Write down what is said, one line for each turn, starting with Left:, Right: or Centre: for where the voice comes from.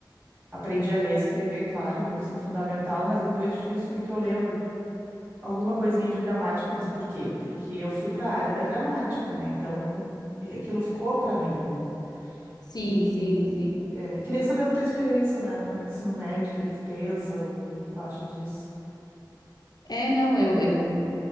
Right: Aprendi a ler e escrever, claro, no ensino fundamental, mas depois disso, o que que eu lembro? Alguma coisinha de gramática, mas por quê? Porque eu fui para a área da gramática, né? Então, e aquilo ficou para mim, né?
Left: Sim,
Right: E
Left: sim, sim.
Right: é, queria saber da tua experiência na, no ensino médio, o que que tu pensa, ou o que que tu acha disso?
Left: É, não, eu, eu